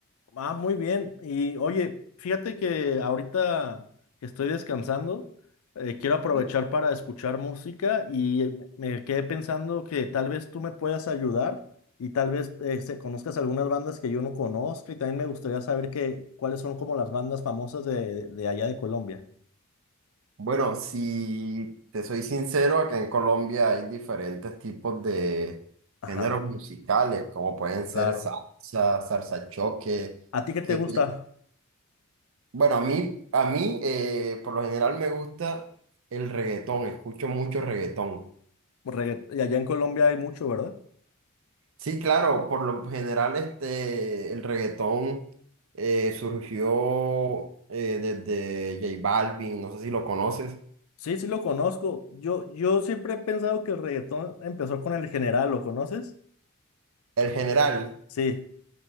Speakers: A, on the left; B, on the right.
A: Ah, muy bien. Y oye, fíjate que ahorita que estoy descansando, eh, quiero aprovechar
B: Eh,
A: para escuchar música y eh, me quedé pensando que tal vez tú me puedas ayudar y tal vez eh, se- conozcas algunas bandas que yo no conozco y también me gustaría saber que, cuáles son como las bandas famosas de, de allá de Colombia.
B: Bueno, si te soy sincero, acá en Colombia hay diferentes tipos de
A: Ajá,
B: géneros musicales, como pueden ser
A: claro.
B: salsa, salsa choque,
A: ¿A ti qué
B: que
A: te gusta?
B: bueno, a mí, a mí eh, por lo general me gusta el reggaetón, escucho mucho reggaetón.
A: Regga- Y allá en Colombia hay mucho, ¿verdad?
B: Sí, claro, por lo general este, el reggaetón eh, surgió eh, desde J Balvin, no sé si lo conoces.
A: Sí, sí lo conozco. Yo, yo siempre he pensado que el reggaetón empezó con el general, ¿lo conoces?
B: El general,
A: Sí,